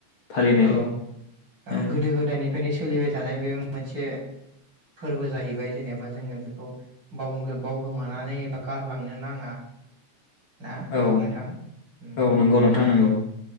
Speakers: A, on the left; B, on the right.
A: फालिनाय
B: औ औ
A: उम,
B: गोदो गोदायनिफ्राय फ्रारनो सोलिबाय थानाय बे मोनसे फोरबो जाहैबाय जेनेबा जोङो बेखौ बावगो बावगोमानानै एबा गारलांनो नाङा ना
A: औ
B: नोंथां उम
A: औ नंगौ नोंथां नंगौ